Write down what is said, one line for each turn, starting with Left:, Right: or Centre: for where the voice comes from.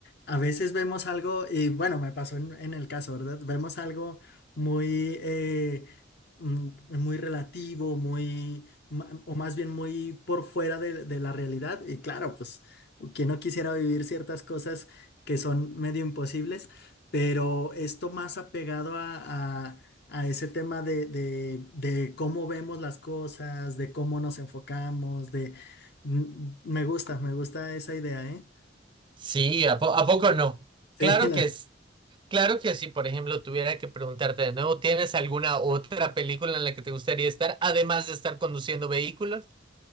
Left: a veces vemos algo, y bueno, me pasó en, en el caso, ¿verdad? Vemos algo muy, eh, mm, muy relativo, muy, ma- o más bien muy por fuera de, de la realidad. Y claro, pues, quien no quisiera vivir ciertas cosas que son medio imposibles, pero esto más apegado a a ese tema de, de, de cómo vemos las cosas, de cómo nos enfocamos, de... Mm, Me gusta, me gusta esa idea, ¿eh?
Right: Sí, ¿a, po- a poco no?
Left: Sí,
Right: Claro
Left: <laughs> la-
Right: que es, claro que sí. Por ejemplo, tuviera que preguntarte de nuevo, ¿tienes alguna otra película en la que te gustaría estar, además de estar conduciendo vehículos?